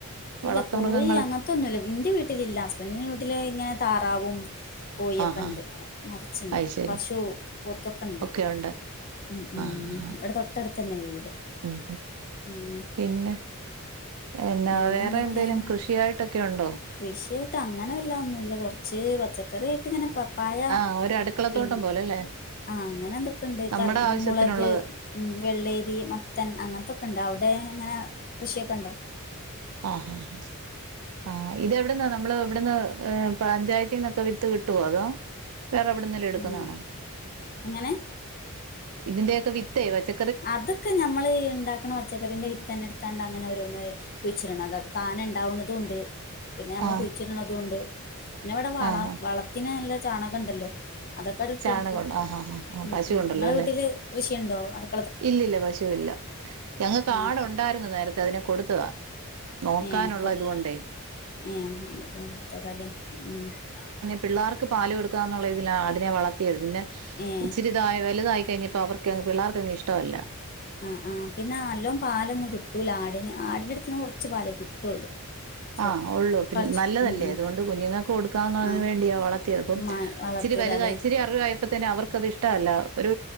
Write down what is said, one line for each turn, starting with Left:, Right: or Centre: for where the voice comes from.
Right: വളർത്തു
Left: ഇല്ല കോഴി
Right: മൃഗങ്ങള്
Left: അങ്ങ ത്തൊന്നുല്ല ഇന്റെ വീട്ടിലില്ല ഹസ്ബൻഡിന്റെ വീട്ടില് ഇങ്ങനെ താറാവും കോഴിയൊക്കെ
Right: ആഹാ
Left: ഉണ്ട് നെറച്ച്ണ്ട്
Right: അത് ശരി
Left: പശു പോത്തൊക്കെണ്ട്
Right: ഒക്കെ ഉണ്ട്
Left: ഉ ഉം
Right: ആഹ് ആഹ്
Left: ഇവിടെ തൊട്ടടുത്തന്നെ വീട്
Right: ഉം
Left: ഉം
Right: പിന്നെ എന്നാ
Left: പിന്നെന്തൊക്കെയാ
Right: വേറെ എന്തേലും കൃഷിയായിട്ടൊക്കെ ഉണ്ടോ
Left: കൃഷിയായിട്ട് അങ്ങനെ വല്ല ഒന്നുല്ല ഇല്ല കൊറച്ച് പച്ചക്കറി ആയിട്ട് ഇങ്ങനെ പപ്പായ
Right: ആഹ് ഒരു അടുക്കളത്തോട്ടം
Left: പിന്നെ
Right: പോലെല്ലേ
Left: ആഹ് അങ്ങനെ ഇതൊക്കെണ്ട്
Right: നമ്മുടെ
Left: കർ
Right: ആവശ്യത്തിനുള്ളത്
Left: മുളക് ഉം വെള്ളേരി മത്തൻ അങ്ങനത്തൊക്കെ ഉണ്ട് അവിടെ ഇങ്ങനെ കൃഷിയൊക്കെ ഉണ്ടോ
Right: ആഹ ആഹ ആഹ് ഇതെവിടന്നാ നമ്മള് ഇവിടന്ന് പഞ്ചായത്തിന്നൊക്കെ വിത്ത് കിട്ടോ അതോ വേറെവിടുന്നേലും എടുക്കുന്ന
Left: ഉം
Right: ആണോ
Left: അങ്ങനെ
Right: ഇതിന്റൊക്കെ വിത്തേ പച്ച
Left: അതൊക്കെ ഞമ്മള് ഇണ്ടാക്കണ പച്ചക്കറിന്റെ വിത്ത് തന്നെ ഇടുത്താണ്ട് അങ്ങനെ ഓരോന്ന് കുഴിച്ചിട്ണതാ താനെ ഉണ്ടാവ്ണതും ഇണ്ട് പിന്നെ നമ്മൾ
Right: ആഹ്
Left: കുഴിച്ചിട്ണതും ഇണ്ട് പിന്നെ ഇവിടെ വളം
Right: ആഹ് ആഹ്
Left: വള ത്തിന് നല്ല ചാണകം ഉണ്ടല്ലോ അതൊക്കെ അണ്ട് ഇട്ട്
Right: ചാണകമുണ്ട്
Left: കൊടുക്കും ഉണ്ട്
Right: ആഹ് ആഹ് ആഹ്
Left: ഉം
Right: പശു
Left: ഉം
Right: ഉണ്ടല്ലോ
Left: നിങ്ങളെ
Right: അല്ലെ
Left: വീട്ടില് കൃഷിയുണ്ടോ അടു
Right: ഇല്ലില്ല പശുവില്ല ഞങ്ങൾക്ക്
Left: ഏഹ്
Right: ആടു ഉണ്ടായിരുന്നു നേരത്തെ അതിനെ കൊടുത്ത് നോക്കാനുള്ള
Left: ഏഹ് കൊടു
Right: ഇതുകൊണ്ടേ
Left: ഏഹ് <unintelligible>
Right: പിള്ളാർക്ക് പാല് കൊടുക്കാന്നുള്ളതിലാ ആടിനെ വളത്തിയത് പിന്നെ
Left: ഏഹ്
Right: ഇച്ചിരി വലത വലുതായി കഴിഞ്ഞപ്പോ അവർക്ക് പിള്ളേർക്കങ് ഇഷ്ടല്ല
Left: ആഹ് ആഹ് പിന്നെ നല്ലോം പാലൊന്നും കിട്ടൂല ആടിന് ആടിന്റെ അടുത്ത്ന്ന് കുറച്ച് പാലേ കിട്ടുള്ളൂ ചെ
Right: ആഹ് ഉള്ളൂ
Left: കുറച്ച്
Right: നല്ലതല്ലേ
Left: ഉം ഉം
Right: അതുകൊണ്ട് കുഞ്ഞുങ്ങൾക്ക് കൊടുക്കാന്നതിന്
Left: ആ
Right: വേണ്ടിയാ വളർത്തിയത് അപ്പം
Left: മാ വളർത്തിയതാലേ
Right: ഇച്ചിരി വലുതായി ഇച്ചിരി അറിവായപ്പത്തേന് അവർക്ക്ത് ഇഷ്ടമല്ല ഒരു